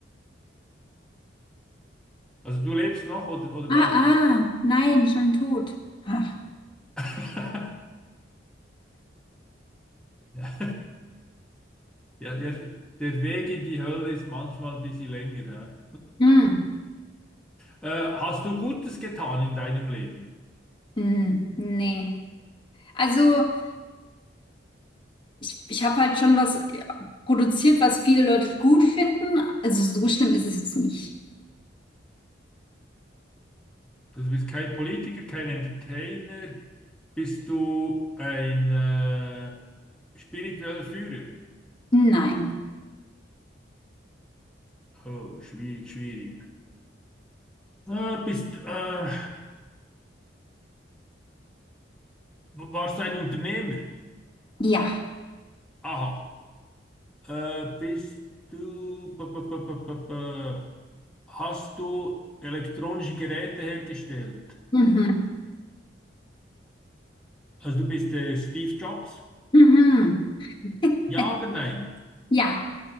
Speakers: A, in the centre; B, on the left.
A: Also du lebst noch oder, oder weißt
B: ah, ah, nein, schon tot. Ach.
A: <laughs> Ja, ja, ja, der Weg in die Hölle ist manchmal ein bisschen länger.
B: Mm,
A: Hä? Äh, hast du Gutes getan in deinem Leben?
B: mm, nee. Also ich, ich habe halt schon was ja, produziert, was viele Leute gut finden. Also so schlimm ist es jetzt nicht.
A: Also du bist kein Politiker, kein Entertainer, bist du ein äh, spiritueller Führer?
B: Nein,
A: Oh, schwierig, schwierig. Äh, bist, äh, w- warst du ein Unternehmer?
B: ja,
A: Aha. Äh, bist du, p- p- p- p- p- hast du elektronische Geräte hergestellt?
B: mhm,
A: Also du bist äh, Steve Jobs?
B: mhm. <laughs>
A: Ja oder nein?
B: Ja,